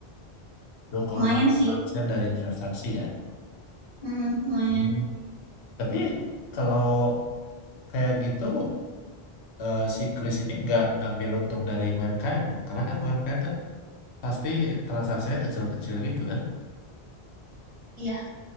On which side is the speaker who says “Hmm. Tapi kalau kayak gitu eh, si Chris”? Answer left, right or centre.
Left